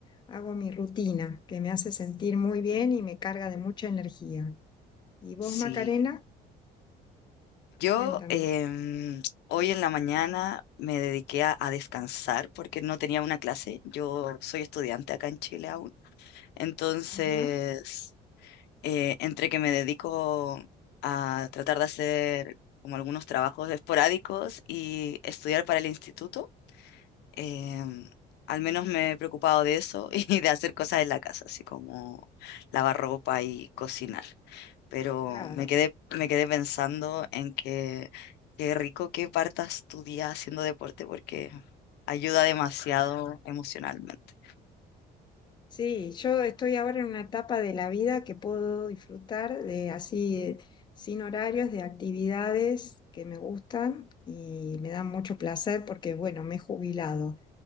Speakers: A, on the left; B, on the left.
A: hago mi rutina que me hace sentir muy bien y me carga de mucha energía. ¿Y vos,
B: Sí,
A: Macarena?
B: yo
A: Cuéntame.
B: em, hoy en la mañana me dediqué a, a descansar porque no tenía una clase. Yo soy estudiante acá en Chile aún. Entonces,
A: Ajá,
B: eh, entre que me dedico a tratar de hacer como algunos trabajos esporádicos y estudiar para el instituto, Em, al menos me he preocupado de eso <laughs> y de hacer cosas en la casa, así como lavar ropa y cocinar. Pero
A: claro.
B: me quedé, me quedé pensando en que qué rico que partas tu día haciendo deporte porque ayuda demasiado emocionalmente.
A: Sí, yo estoy ahora en una etapa de la vida que puedo disfrutar de así, eh, sin horarios, de actividades que me gustan y me dan mucho placer porque, bueno, me he jubilado.